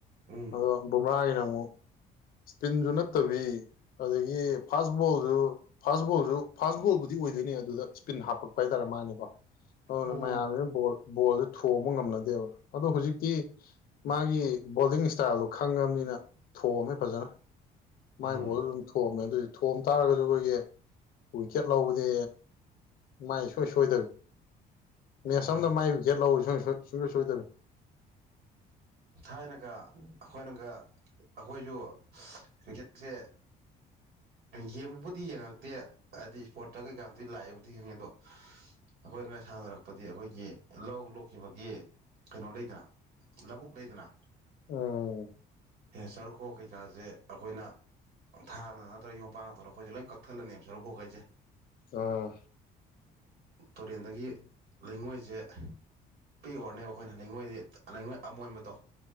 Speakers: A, on the right; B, on the left.
A: ꯎꯝ
B: ꯑꯗꯣ ꯕꫭꯝꯕ꯭ꯔꯥꯒꯤꯅ ꯃꯨꯛ ꯏꯁꯄꯤꯟꯁꯨ ꯅꯠꯇꯕꯤ ꯑꯗꯒꯤ ꯐꯥꯁ ꯕꯣꯜꯖꯨ ꯐꯥꯁꯕꯣꯜꯖꯨ ꯐꯥꯁ ꯕꯣꯜꯕꯨꯗꯤ ꯑꯣꯏꯗꯣꯏꯅꯦ ꯑꯗꯨꯗ ꯏꯁꯄꯤꯟ ꯍꯥꯞꯄꯛꯄ ꯍꯥꯏꯇꯥꯔꯦ ꯃꯥꯒꯤꯀꯣ ꯑꯗꯨꯅ
A: ꯑꯣ
B: ꯃꯌꯥꯝꯁꯤꯅ ꯕꫭꯜ ꯕꯣꯜꯁꯦ ꯊꯣꯡꯕ ꯉꯝꯅꯗꯦꯕ ꯑꯗꯣ ꯍꯧꯖꯤꯛꯇꯤ ꯃꯥꯒꯤ ꯕꯣꯜꯗꯤꯡ ꯏꯁꯇꯥꯏꯜꯗꯣ ꯈꯪꯉꯥꯃꯤꯅ ꯊꯣꯝꯃ‌ꯦ ꯐꯖꯅ ꯃꯥꯏ
A: ꯎꯝ
B: ꯕꯣꯜꯗꫭ ꯑꯗꯨꯝ ꯊꯣꯝꯃꯦ ꯑꯗꯨꯏꯖꯨ ꯊꯣꯝ ꯇꯥꯔꯒꯖꯨ ꯑꯩꯈꯣꯏꯒꯤ ꯋꯤꯀꯦꯠ ꯂꯧꯕꯗꯤ ꯃꯥꯏ ꯁꯣꯏ ꯁꯣꯏꯗꯕꯤ ꯃꯦꯁ
A: ꯑꯣ
B: ꯑꯝꯗ ꯃꯥꯏ ꯋꯤꯒ‌ꯦꯠ ꯂꯧꯎ ꯁꯨꯡ ꯁꯨꯡꯁꯣꯏ ꯁꯣꯏꯗꯕꯤ
A: ꯊꯥꯏꯅꯒ ꯑꯩꯈꯣꯏꯅꯒ ꯑꯩꯈꯣꯏꯁꯨ ꯀ꯭ꯔꯤꯀꯦꯠꯁꯦ
B: <inaudible>
A: ꯌꯦꯡꯕꯕꯨꯗꯤ ꯌꯦꯡꯉꯛꯇꯦ ꯍꯥꯏꯗꯤ ꯏꯁꯄꯣꯔꯠꯇ ꯀꯩꯀꯥꯗꯤ ꯂꯥꯛꯑꯦꯕꯨꯗꯤ ꯈꯪꯉꯦ ꯑꯗꯣ ꯑꯩꯈꯣꯏꯅ ꯁꯥꯟꯅꯔꯛꯄꯗꯤ ꯑꯩꯈꯣꯏꯒꯤ ꯂꯧ ꯂꯣꯛꯈꯤꯕꯒꯤ ꯀꯩꯅꯣ ꯂꯩꯗꯅ ꯂꯥꯕꯨꯛ ꯂꯩꯗꯅꯥ
B: ꯎꯝ
A: ꯁꯔꯨꯛꯈꫭꯛ ꯀꯩꯀꯥꯁꯦ ꯑꯩꯈꯣꯏꯅ ꯊꯥꯡꯅ ꯅꯠꯇ꯭ꯔꯒ ꯌꯨꯝ ꯄꯥꯛꯅ ꯇꯧꯔ ꯑꯩꯈꯣꯏꯁꯦ ꯂꯣꯏ ꯀꯛꯊꯠꯂꯅꯦꯕ ꯁꯔꯨꯛꯣꯛꯈꯩꯁꯦ
B: ꯑꯥ
A: ꯇꯨꯔꯦꯟꯗꯒꯤ ꯂꯩꯉꯣꯏꯁꯦ ꯄ‌ꯦꯛꯎꯔꯅꯦꯕ ꯑꯩꯈꯣꯏꯅ ꯂꯩꯉꯣꯏꯗꯤ ꯂꯩꯉꯣꯏ ꯑꯃꯣꯟꯕꯗꯣ